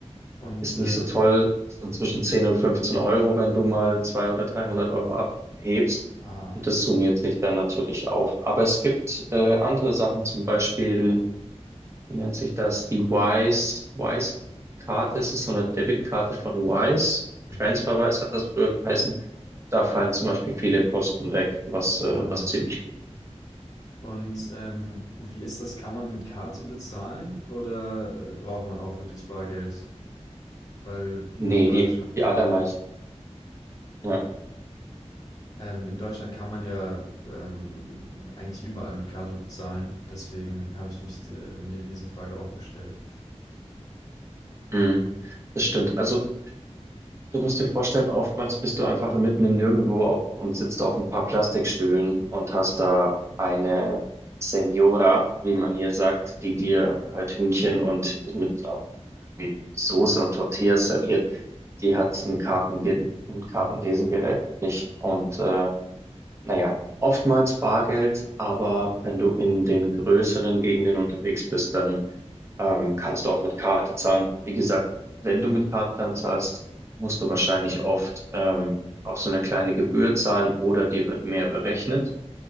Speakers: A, on the left; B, on the right.
A: Und
B: ist nicht
A: ähm,
B: so toll. Ist dann zwischen 10 und 15 Euro, wenn du mal 200 oder 300 Euro abhebst.
A: ah,
B: Und das summiert sich dann natürlich auf. Aber es gibt äh, andere Sachen, zum Beispiel, wie nennt sich das? Die Wise, Wise-Karte. Es ist so eine Debitkarte von Wise.
A: mhm,
B: TransferWise hat das früher geheißen. Da fallen zum Beispiel viele Kosten weg, was, äh,
A: ah.
B: was ziemlich gut.
A: Und ähm, wie ist das? Kann man mit Karte bezahlen oder äh, braucht man auch wirklich Bargeld? Weil
B: Nee,
A: in Deutschland,
B: die, die allermeisten. Ja,
A: Ähm, in Deutschland kann man ja ähm, eigentlich überall mit Karte bezahlen. Deswegen habe ich mich, äh, mir diese Frage auch gestellt.
B: mhm, das stimmt. Also Du musst dir vorstellen, oftmals bist du einfach mitten im Nirgendwo auf und sitzt auf ein paar Plastikstühlen und hast da eine Senora, wie man hier sagt, die dir halt Hühnchen und mit irgendwie Soße und Tortillas serviert. Die hat ein Kartenge ein Kartenlesegerät nicht. Und äh, naja, oftmals Bargeld, aber wenn du in den größeren Gegenden unterwegs bist, dann ähm, kannst du auch mit Karte zahlen. Wie gesagt, wenn du mit Karte dann zahlst, musst du wahrscheinlich oft ähm, auch so eine kleine Gebühr zahlen oder dir wird mehr berechnet,